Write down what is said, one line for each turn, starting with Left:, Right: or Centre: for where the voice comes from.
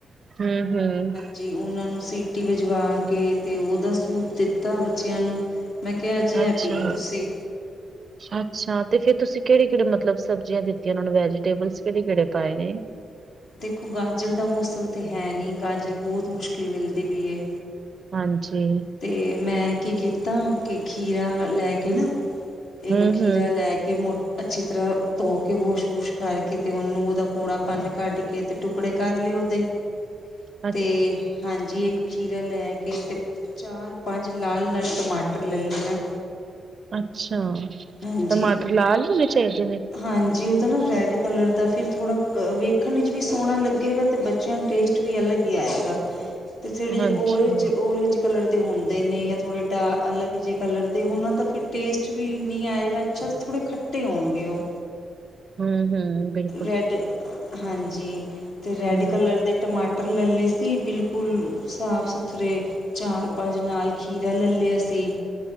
Right: ਹਮ-ਹਮ।
Left: ਜੀ, ਉਹਨਾਂ ਨੂੰ ਸੀਟੀ ਵਜਵਾ ਕੇ ਅਤੇ ਉਹਦਾ ਸੂਪ ਦਿੱਤਾ ਬੱਚਿਆਂ ਨੂੰ ਮੈਂ ਕਿਹਾ ਅੱਜ ਇਹ
Right: ਅੱਛਾ।
Left: ਪੀਓ ਤੁਸੀਂ
Right: ਅੱਛਾ ਤੇ ਫਿਰ ਤੁਸੀਂ ਕਿਹੜੇ-ਕਿਹੜੇ ਮਤਲਬ ਸਬਜ਼ੀਆਂ ਦਿੱਤੀਆਂ ਉਹਨਾਂ ਨੂੰ ਵੈਜੀਟੇਬਲਸ ਕਿਹੜੇ-ਕਿਹੜੇ ਪਾਏ ਨੇਂ
Left: ਦੇਖੋ ਗਾਜਰ ਦਾ ਮੌਸਮ ਤਾਂ ਹੈ ਨਹੀਂ, ਗਾਜਰ ਬਹੁਤ ਮੁਸ਼ਕਿਲ ਮਿਲਦੀ ਪਈ ਹੈ।
Right: ਹਾਂਜੀ।
Left: ਤੇ ਮੈਂ ਕੀ ਕੀਤਾ ਕਿ ਖੀਰਾ ਲੈ ਕੇ ਨਾਂ, ਇੱਕ
Right: ਹਮ
Left: ਖੀਰਾ
Right: ਹਮ
Left: ਲੈ ਕੇ ਕਿ ਮੋ ਅੱਛੀ ਤਰ੍ਹਾਂ ਧੋ ਕੇ ਵਾਸ਼ -ਵੂਸ਼ ਕਰਕੇ ਅਤੇ ਉਹਨੂੰ ਉਹਦਾ ਕੌੜਾਪਣ ਕੱਢ ਕੇ ਅਤੇ ਟੁਕੜੇ ਕਰ ਲਏ ਉਹਦੇ
Right: <inaudible>
Left: ਤੇ ਹਾਂਜੀ, ਇੱਕ ਖੀਰਾ ਲੈ ਕੇ ਤੇ ਚਾਰ, ਪੰਜ ਲਾਲ-ਲਾਲ ਟਮਾਟਰ ਲੈ ਲਏ ਮੈਂ
Right: ਅੱਛਾ,
Left: ਹਾਂਜੀ
Right: ਟਮਾਟਰ ਲਾਲ ਈ ਹੋਣ ਚਾਹੀਦੇ ਨੇਂ
Left: ਹਾਂਜੀ ਉਹਦਾ ਨਾਂ ਰੈੱਡ ਕਲਰ ਦਾ ਫਿਰ ਥੋੜਾ ਵੇਖਣ ਵਿੱਚ ਵੀ ਸੋਹਣਾ ਲੱਗੇਗਾ ਤੇ ਬੱਚਿਆਂ ਨੂੰ ਟੇਸਟ। ਵੀ ਅਲੱਗ ਹੀ ਆਏਗਾ।
Right: <inaudible>
Left: ਅਤੇ ਥੋੜੀ ਜੀ
Right: ਹਾਂਜੀ
Left: ਔਂਰੇਜ-ਔਂਰੇਜ ਕਲਰ ਦੇ ਹੁੰਦੇ ਨੇਂ ਜਾਂ ਥੋੜ੍ਹੇ ਡਾ ਅਲੱਗ ਜਿਹੇ ਕਲਰ ਦੇ ਉਹਨਾਂ ਤਾਂ ਫਿਰ ਟੇਸਟ ਵੀ ਨਹੀਂ ਆਏਗਾ। ਅੱਛਾ, ਥੋੜ੍ਹੇ ਖੱਟੇ ਹੋਣਗੇ ਉਹ।
Right: ਹਮ-ਹਮ ਬਿਲ
Left: ਰੈੱਡ ਹਾਂਜੀ ਅਤੇ ਰੈੱਡ
Right: ਹੂੰ,
Left: ਕਲਰ ਦੇ ਟਮਾਟਰ ਲੈੇ ਲੇ ਸੀ ਬਿਲਕੁੱਲ ਸਾਫ-ਸੁਥਰੇ। ਚਾਰ, ਪੰਜ ਨਾਲ ਖੀਰਾ ਲੈ ਲਿਆ ਸੀ।